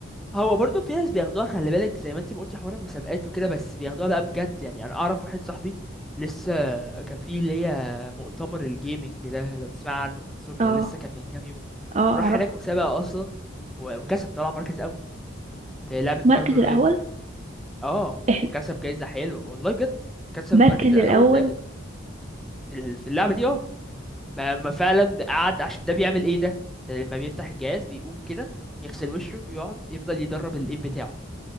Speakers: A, in the centre; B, on the right.
A: هو برضه في ناس بياخدوها خلي بالك زي ما انت ما قلتي حوار المسابقات وكده بس بياخدوها بقى بجد يعني انا اعرف واحد صاحبي لسه كان في اللي هي مؤتمر الجيمنج ده لو تسمع عنه انسوميا
B: اه
A: لسه كان من كام يوم
B: اه
A: راح
B: أعرف
A: هناك مسابقة اصلا و- وكسب طلع مركز اول في لعبة
B: المركز
A: مارفل رايفل
B: الأول
A: اه وكسب
B: احلى
A: جايزة حلوة والله بجد كسب
B: المركز
A: المركز الاول
B: الأول
A: ده في ال- في اللعبة دي اه ما ما فعلا قعد عشان ده بيعمل ايه ده ده لما بيفتح الجهاز بيقوم كده يغسل وشه يقعد يفضل يدرب الام بتاعه